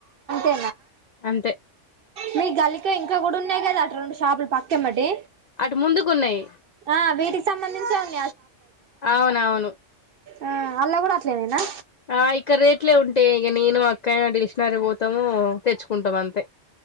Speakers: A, on the right; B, on the left.
A: ఆ
B: అంతే
A: మీ గిల్లీకెయ్ ఇంకా గుడున్నాయి గదటు రెండు షాపులు పక్కెంబటే
B: అటు ముందుకున్నాయి
A: ఆ వీటికి సంబంధించే ఉంద్
B: అవునవును
A: ఆ అల్ల కూడా అట్లనేనా
B: ఆ ఇక్కడ్రేట్లే ఉంటేయ్ ఇగ నేను అక్క డిల్షినగర్ పోతాము తెచ్చుకుంటమంతే